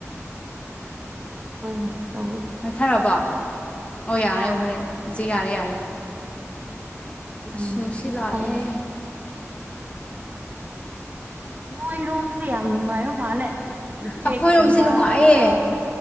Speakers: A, on the right (about 35°); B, on the left (about 25°).
A: ꯍꯣꯏꯅꯦ ꯇꯧꯋꯦ
B: ꯍꯥꯏꯠꯊꯔꯕꯣ ꯑꯣ ꯌꯥꯔꯦ
A: ꯍꯥ
B: ꯎꯈꯂꯦ ꯍꯧꯖꯤꯛ ꯌꯥꯔꯦ ꯌꯥꯔꯦ
A: ꯎꯝ
B: ꯑꯁ ꯅꯨꯡꯁꯤ ꯂꯥꯛꯑꯦ
A: ꯇꯥꯏ ꯅꯣꯏꯔꯣꯝꯁꯦ ꯌꯥꯝ ꯅꯨꯡꯉꯥꯏꯌ ꯃꯥꯜꯂꯦ ꯎꯆꯦꯛꯀꯨꯝꯕ
B: ꯑꯩꯈꯣꯏꯔꯣꯝꯁꯦ ꯅꯨꯡꯉꯥꯏꯌꯦ
A: ꯍꯣꯏ